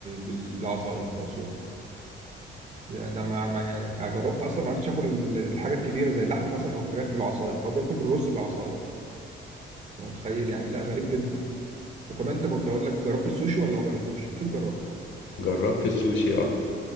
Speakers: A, on the right (about 35°); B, on the left (about 70°).
A: بال- بالعصايه بالعصيان يعني ده ما ما- يعني أنا جربت اصلا ما عرفتش اكل ال- الحاجه الكبيره زي اللحم مثلا او الفراخ بالعصايه هو بياكل الرز بالعصايه انت متخيل يعني لا غريب جدا وكمان انت كنت اقول لك جربت السوشي ولا ما جربتوش اكيد جربت
B: جربت السوشي اه